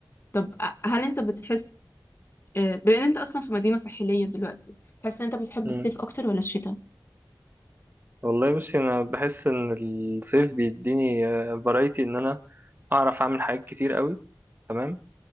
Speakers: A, on the left; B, on the right.
A: طب أ- هل أنت بتحس آه، بما إن أنت أصلا في مدينة ساحلية دلوقتي تحس إن أنت بتحب
B: مم.
A: الصيف أكتر ولا الشتاء؟
B: والله بصي انا بحس ان الصيف بيديني فرايتي ان انا اعرف اعمل حاجات كتير قوي تمام